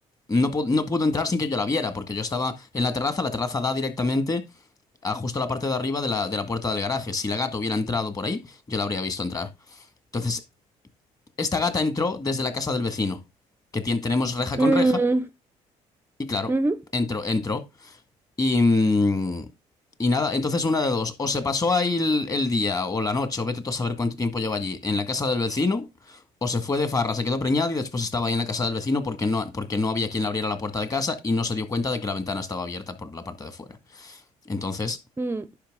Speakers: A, on the left; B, on the right.
A: no, pu- no pudo entrar sin que yo la viera porque yo estaba en la terraza, la terraza da directamente a justo la parte de arriba de la, de la puerta del garaje. Si la gata hubiera entrado por ahí, yo la habría visto entrar. Entonces, Esta gata entró desde la casa del vecino, que tien- tenemos reja con
B: mm,
A: reja, y claro,
B: ujú,
A: entró, entró. Y, mm, y nada, entonces una de dos, o se pasó ahí el, el día o la noche, o vete tú a saber cuánto tiempo lleva allí, en la casa del vecino, o se fue de farra, se quedó preñada y después estaba ahí en la casa del vecino porque no, porque no había quien le abriera la puerta de casa y no se dio cuenta de que la ventana estaba abierta por la parte de fuera. Entonces,
B: mm.